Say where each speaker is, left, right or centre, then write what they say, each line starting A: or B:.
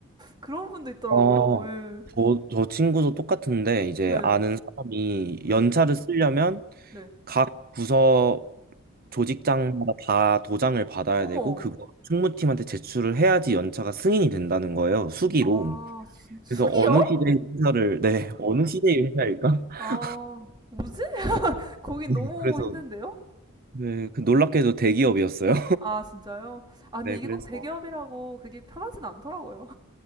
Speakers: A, on the right; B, on the right.
A: 그런 분도 있더라고요.
B: 어,
A: 예.
B: 저, 저 친구도 똑같은데, 이제
A: 네.
B: 아는 사람이
A: 네.
B: 연차를 쓰려면
A: 네.
B: 각 부서 조직장마다 다 도장을 받아야
A: 어머.
B: 되고, 그거 총무팀한테 제출을 해야지 연차가 승인이 된다는 거예요. 수기로.
A: 아, 진- 숙이요?
B: 그래서 어느 시대의 회사를, 네, 어느 시대의 회사일까? <laughs>
A: 아, 뭐지? 거긴
B: 네,
A: 너무
B: 그래서,
A: 힘든데요?
B: 네, 그 놀랍게도 대기업이었어요.
A: 아, 진짜요? 아, 근데
B: 네,
A: 이게
B: 그래서
A: 꼭 대기업이라고 그게 편하진 않더라고요.